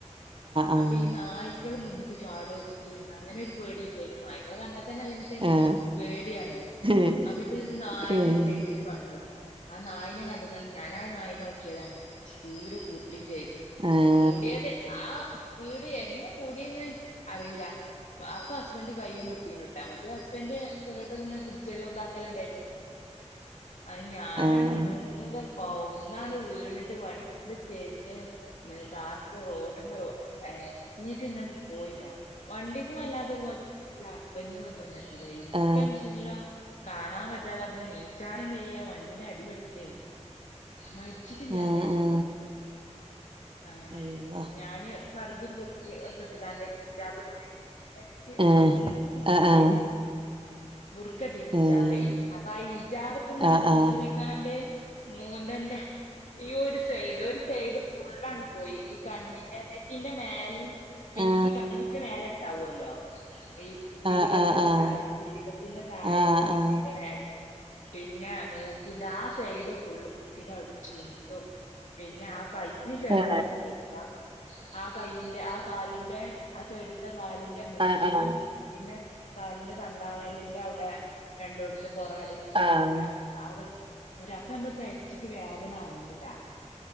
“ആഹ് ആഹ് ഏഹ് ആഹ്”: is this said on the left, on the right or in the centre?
Right